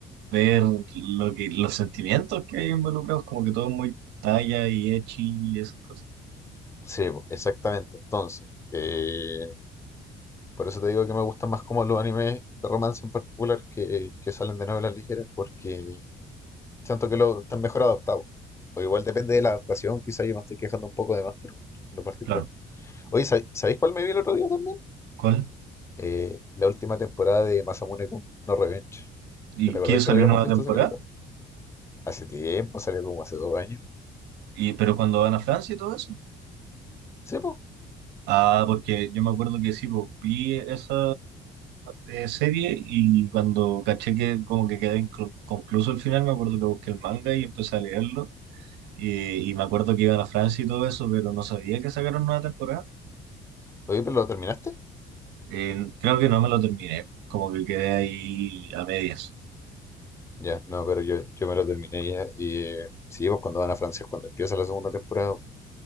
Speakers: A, on the right; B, on the left.
A: ver lo que, los sentimientos que hay involucrados, como que todo es muy talla y echi y esas cosas.
B: Sí, po, exactamente. Entonces, eh, por eso te digo que me gustan más como los animes de romance en particular que, que salen de novelas ligeras, porque siento que lo están mejor adaptados. O igual depende de la adaptación, quizás yo me estoy quejando un poco de más, pero en lo particular.
A: Claro.
B: Oye, ¿sab- ¿sabéis cuál me vi el otro día también?
A: ¿Cuál?
B: Eh, la última temporada de Masamune-kun no Revenge.
A: ¿Y
B: ¿Que ¿Te acordás
A: qué
B: que
A: salió
B: lo habíamos
A: nueva
B: visto,
A: temporada?
B: hace Secreta? Hace tiempo, salió como hace dos años.
A: ¿Y pero cuando van a Francia y todo eso?
B: Sí, pues.
A: Ah, porque yo me acuerdo que sí, pues, vi esa eh, serie y cuando caché que como que quedé inconcluso el final, me acuerdo que busqué el manga y empecé a leerlo. Y, y me acuerdo que iban a Francia y todo eso, pero no sabía que sacaron una temporada.
B: Oye, pero ¿lo terminaste?
A: Eh, creo que no me lo terminé, como que quedé ahí a medias.
B: Ya, no, pero yo, yo me lo terminé ya. Y eh, sí, pues cuando van a Francia es cuando empieza la segunda temporada.